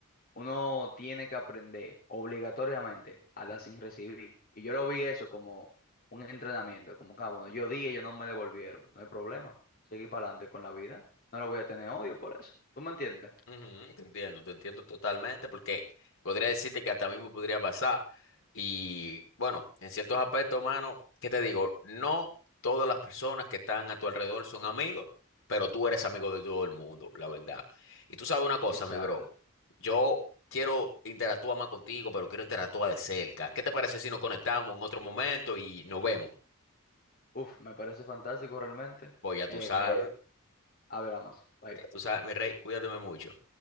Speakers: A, on the left; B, on the left.
A: uno tiene que aprender obligatoriamente a dar sin recibir. Y yo lo vi eso como un entrenamiento, como que, ah, bueno, yo di, ellos no me devolvieron, no hay problema. Seguí para adelante con la vida. No le voy a tener odio por eso. ¿Tú me entiendes?
B: Ujú, te entiendo, te entiendo totalmente, porque podría decirte que hasta a mí me podría pasar. Y bueno, en ciertos aspectos, mano, ¿qué te digo? No todas las personas que están a tu alrededor son amigos, pero tú eres amigo de todo el mundo, la verdad. Y tú sabes una cosa,
A: Exacto.
B: mi bro, yo quiero interactuar más contigo, pero quiero interactuar de cerca. ¿Qué te parece si nos conectamos en otro momento y nos vemos?
A: Uf, me parece fantástico realmente.
B: Pues ya tú
A: Eh,
B: sabes,
A: hablamos. Bye.
B: ya tú sabes, mi rey, cuídate mucho.